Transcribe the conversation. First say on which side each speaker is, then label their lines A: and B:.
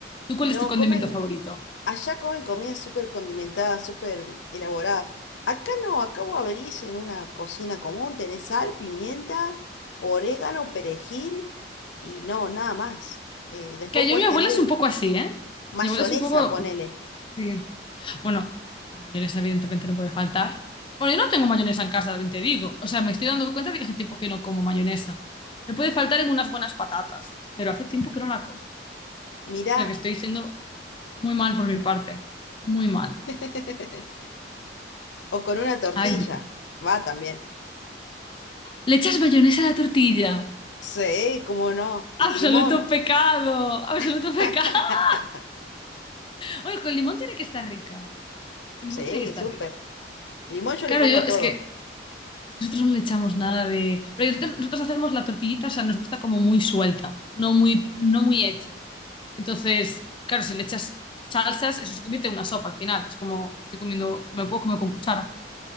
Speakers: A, on the left; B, on the left.
A: ¿Tú cuál
B: No,
A: es tu condimento
B: comen.
A: favorito?
B: Allá comen comidas súper condimentadas, súper elaboradas. Acá no, acá vos abrís en una cocina común, tenés sal, pimienta, orégano, perejil y no, nada más. Eh, después
A: Que yo,
B: puedes
A: mi abuela
B: tener
A: es un poco así, ¿eh?
B: mayonesa,
A: Mi abuela es un poco
B: ponele.
A: Sí. Bueno, la mayonesa evidentemente no puede faltar. Bueno, yo no tengo mayonesa en casa, también te digo. O sea, me estoy dando cuenta de que hace tiempo que no como mayonesa. Me puede faltar en unas buenas patatas, pero hace tiempo que no la compro.
B: Mirá,
A: O sea, que estoy siendo muy mal por mi parte. Muy mal.
B: <laughs> o con una tortilla,
A: Ay,
B: va también.
A: ¿le echas mayonesa a la tortilla?
B: Sí, cómo no. Y
A: Absoluto
B: limón.
A: pecado, absoluto
B: <laughs>
A: pecado. <laughs> Bueno, con limón tiene que estar rica. Con
B: Sí,
A: limón tiene que estar
B: súper.
A: rica.
B: Limón yo
A: Claro,
B: le pongo
A: yo
B: a
A: es
B: todo.
A: que Si Nosotros no le echamos nada de. Porque nosotros, nosotros hacemos la tortillita, o sea, nos gusta como muy suelta, no muy, no muy hecha. Entonces, claro, si le echas salsas, eso se convierte en una sopa al final. Es como, estoy comiendo, me lo puedo comer con cuchara.